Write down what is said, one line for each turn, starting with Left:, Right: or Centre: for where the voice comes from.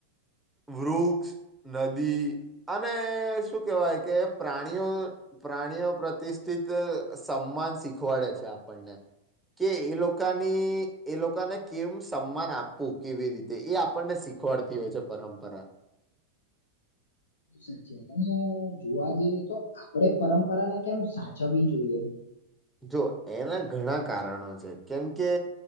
Centre: વૂક્ષ નદી અને શું કેહેવાય કે પ્રાણીઓ પ્રાણીઓ પ્રતિષ્ઠિત સમાન શીખવાડે છે આપણને કે એ લોકોની એ લોકોને કેમ સન્માન આપવું કેવી રીતે એ આપણને શીખ શીખવાડતી હોય છે પરંપરા
Left: સાચી વાત અને જોવા જઈએ તો આપડે પરંપરાને કેમ સાચવવી જોઈએ
Centre: જો એના ઘણા કારણો છે કેમ કે